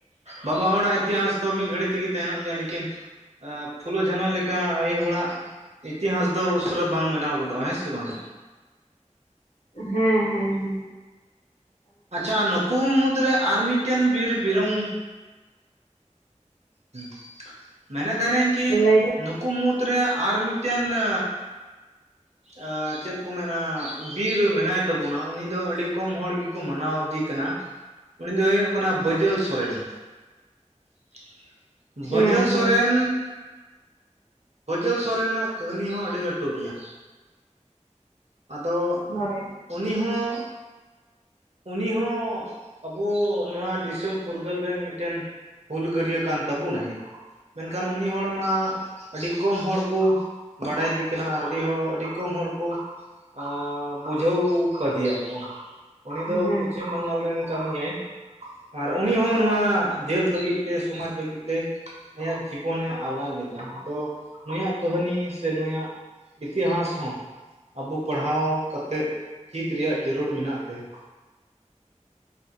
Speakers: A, on the right (about 60°); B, on the left (about 65°).
A: ᱵᱟᱵᱟ ᱦᱚᱲᱟᱜ ᱤᱛᱤᱦᱟᱥ ᱛᱚ ᱢᱤᱫ ᱜᱷᱟᱹᱲᱤ ᱛᱮᱜᱮ ᱛᱟᱦᱮᱱᱚᱜ ᱜᱮᱭᱟ ᱞᱤᱠᱤᱱ ᱟᱹ ᱯᱷᱩᱞᱚ ᱡᱷᱟᱱᱚ ᱞᱮᱠᱟ ᱟᱭᱳ ᱦᱚᱲᱟᱜ ᱤᱛᱤᱦᱟᱥ ᱫᱚ ᱩᱥᱟᱹᱨᱟ ᱵᱟᱝ ᱵᱮᱱᱟᱣ ᱜᱚᱫᱚᱜᱼᱟ ᱦᱮᱸ ᱥᱮ ᱵᱟᱝ?
B: ᱦᱮᱸ ᱦᱮᱸ ᱦᱮᱸ ᱾
A: ᱟᱪᱪᱷᱟ ᱱᱩᱠᱩ ᱢᱩᱫᱽ ᱨᱮ ᱟᱨ ᱢᱤᱫᱴᱮᱱ ᱵᱤᱨ ᱵᱤᱨᱚᱝ ᱦᱩᱸ ᱢᱮᱱᱮᱫ ᱛᱟᱦᱮᱱᱟᱹᱧ ᱠᱤ
B: ᱞᱟᱹᱭᱫᱟ
A: ᱱᱩᱠᱩ ᱢᱩᱫᱽᱨᱮ ᱟᱨ ᱢᱤᱫᱴᱮᱱ <inaudible> ᱟᱻ ᱪᱮᱫ ᱠᱚ ᱢᱮᱱᱟ ᱵᱤᱨ ᱢᱮᱱᱟᱭ ᱛᱟᱵᱩᱱᱟ ᱩᱱᱤ ᱫᱚ ᱟᱹᱰᱤ ᱠᱚᱢ ᱦᱚᱲ ᱜᱤᱠᱚ ᱢᱟᱱᱟᱣ ᱤᱫᱤ ᱠᱟᱱᱟ ᱾ ᱩᱱ ᱫᱚᱭ ᱦᱩᱭᱩᱜ ᱠᱟᱱᱟ ᱵᱟᱹᱡᱟᱹᱞ ᱥᱚᱨᱮᱱ ᱾
B: ᱦᱮᱸ
A: ᱵᱟᱹᱡᱟᱹᱞ
B: ᱦᱮᱸ
A: ᱥᱚᱨᱮᱱ, ᱵᱟᱹᱡᱟᱹᱞ ᱥᱚᱨᱮᱱᱟᱜ ᱠᱟᱹᱦᱱᱤ ᱦᱚᱸ ᱟᱹᱰᱤ ᱞᱟᱹᱴᱩ ᱜᱮᱭᱟ᱾ ᱟᱫᱚ
B: ᱦᱚᱭ ᱾
A: ᱩᱱᱤ ᱦᱚᱸ ᱩᱱᱤ ᱦᱚᱸ ᱟᱵᱚ ᱱᱚᱣᱟ ᱫᱤᱥᱚᱢ ᱯᱷᱩᱨᱜᱟᱹᱞ ᱨᱮᱱ ᱢᱤᱫᱴᱮᱱ ᱦᱩᱞ ᱜᱟᱹᱨᱭᱟᱹ ᱠᱟᱱ ᱛᱟᱵᱚᱱᱟᱭ, ᱢᱮᱱᱠᱷᱟᱱ ᱩᱱᱤ ᱦᱚᱲ ᱢᱟ ᱟᱹᱰᱤ ᱠᱚᱢ ᱦᱚᱲ ᱠᱚ ᱵᱟᱰᱟᱭᱤᱫᱤ ᱠᱟᱱᱟ ᱟᱨ ᱟᱹᱰᱤ ᱦᱚᱲ ᱟᱹᱰᱤ ᱠᱚᱢ ᱦᱚᱲ ᱠᱚ ᱟᱸᱻᱻ ᱵᱩᱡᱷᱟᱹᱣ ᱠᱟᱫᱮᱭᱟᱠᱚ ᱩᱱᱤ
B: ᱦᱮᱸ
A: ᱫᱚ
B: ᱦᱮᱸ
A: ᱯᱚᱪᱷᱤᱢ ᱵᱟᱝᱜᱟᱞ ᱨᱮᱱ ᱠᱟᱱ ᱜᱮᱭᱟᱭ᱾ ᱟᱨ ᱩᱱᱤ ᱦᱚᱸ ᱱᱚᱣᱟ ᱡᱟᱹᱛ ᱞᱟᱹᱜᱤᱫ ᱛᱮ ᱥᱚᱢᱟᱡᱽ ᱞᱟᱹᱜᱤᱫ ᱛᱮ ᱟᱭᱟᱜ ᱡᱤᱵᱚᱱᱮ ᱟᱞᱟᱭ ᱞᱮᱫᱟ ᱟᱫᱚ ᱩᱱᱤᱭᱟᱜ ᱠᱟᱹᱦᱱᱤ ᱥᱮ ᱱᱩᱭᱟᱜ ᱤᱛᱤᱦᱟᱥ ᱦᱚᱸ ᱟᱵᱩ ᱯᱟᱲᱦᱟᱣ ᱠᱟᱛᱮᱫ ᱪᱤᱫ ᱨᱮᱭᱟᱜ ᱡᱟᱹᱨᱩᱲ ᱢᱮᱱᱟᱜ ᱛᱟᱭᱟ,